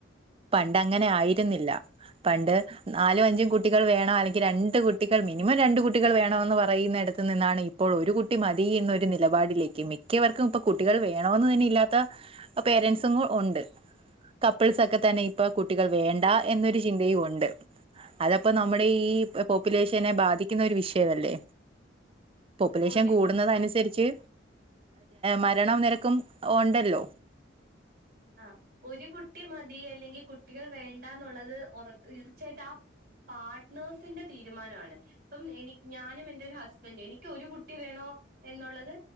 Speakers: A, on the right; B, on the right.
A: പണ്ടങ്ങനെ ആയിരുന്നില്ല പണ്ട് നാലും അഞ്ചും കുട്ടികൾ വേണം അല്ലെങ്കിൽ രണ്ട് കുട്ടികൾ മിനിമം രണ്ട് കുട്ടികൾ വേണമെന്ന് പറയുന്നിടത്ത് നിന്നാണ് ഇ ഇപ്പോൾ ഒരു കുട്ടി മതി എന്നൊരു നിലപാടിലേക്ക് മിക്കവർക്കും ഇപ്പൊ കുട്ടികൾ വേണമെന്ന് തന്നെ ഇല്ലാത്ത പേരന്റ്സും ഉണ്ട് കപ്പിൾസൊക്കെ തന്നെ ഇപ്പ കുട്ടികൾ വേണ്ട എന്നൊരു ചിന്തയും ഉണ്ട് അതപ്പൊ നമ്മുടെ ഈ പോപ്പുലേഷനെ ബാധിക്കുന്ന ഒരു വിഷയമല്ലേ പോപ്പുലേഷൻ
B: ഒരു
A: കൂടുന്നതനുസരിച്ച്
B: കുട്ടി
A: മരണ നിരക്കും ഒണ്ടല്ലോ
B: ആ ഒരു കുട്ടി മതി അല്ലെങ്കിൽ കുട്ടികൾ വേണ്ടന്നുള്ളത് ഉറ തീർച്ചയായിട്ടും ആഹ് പാർട്ട്നേഴ്സിന്റെ തീരുമാനമാണ് ഇപ്പം എനി ഞാനും എന്റെ ഒരു ഹസ്ബൻഡും എനിക്ക് ഒരു കുട്ടി വേണോ എന്നുള്ളത്